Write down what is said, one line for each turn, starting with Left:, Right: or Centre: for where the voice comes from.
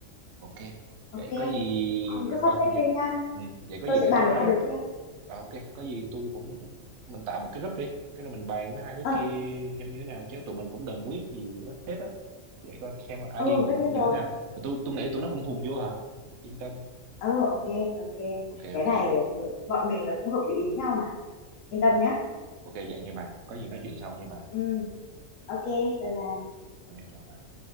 Right: ok
Left: ok
Right: vậy có gì
Left: ông cứ
Right: ờ
Left: sắp xếp
Right: vậy,
Left: đi nha
Right: ừ, vậy có
Left: tôi
Right: gì
Left: sẽ
Right: để
Left: bàn
Right: tôi nói
Left: với hai
Right: Rồi
Left: đứa kia
Right: ok, có gì tôi cũng mình tạo một cái group đi, cái rồi mình bàn với hai đứa
Left: ờ
Right: kia xem như thế nào chứ tụi mình cũng đừng quyết gì đó hết á để coi xem là
Left: ừ
Right: ID của
Left: tất
Right: tụi
Left: nhiên
Right: mình như
Left: rồi
Right: thế nào. Mà tôi tôi nghĩ tụi nó cũng hùng vô hả? Yên tâm.
Left: ờ ok ok
Right: Ok
Left: cái
Right: ok,
Left: này ừ, bọn mình nó cũng hợp lý ý nhau mà yên tâm nhá
Right: ok vậy nha bà. Có gì nói chuyện sau nha bà.
Left: ừ ok bye bye
Right: Ok chào bà.